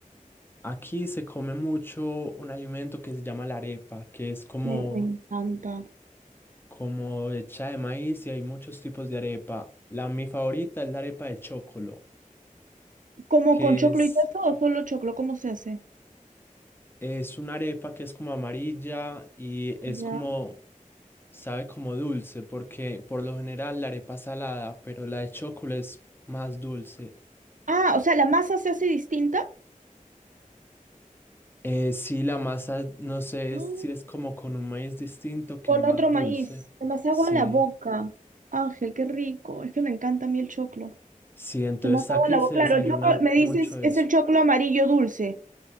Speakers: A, on the left; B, on the right.
A: <laughs> Aquí se come mucho un alimento que se llama la arepa, que es como,
B: Me, me encanta.
A: como hecha de maíz y hay muchos tipos de arepa. La mi favorita es la arepa de chocolo,
B: ¿Como
A: que
B: con choclo
A: es...
B: y queso o solo choclo? ¿Cómo se hace?
A: Es una arepa que es como amarilla y es
B: Ya.
A: como, sabe como dulce, porque por lo general la arepa es salada, pero la de chocolate es más dulce.
B: Ah, o sea, la masa se hace distinta
A: Eh, sí, la masa, no sé
B: <gasps> Ah,
A: es- si es como con un maíz distinto que
B: con
A: es más
B: otro maíz.
A: dulce.
B: Se me hace
A: Sí,
B: agua en la boca. Ángel, qué rico. Es que me encanta a mí el choclo.
A: sí, entonces
B: Se me hace
A: aquí
B: agua en la boca.
A: se
B: Claro,
A: desayuna
B: el choclo, me dices,
A: mucho eso.
B: es el choclo amarillo dulce.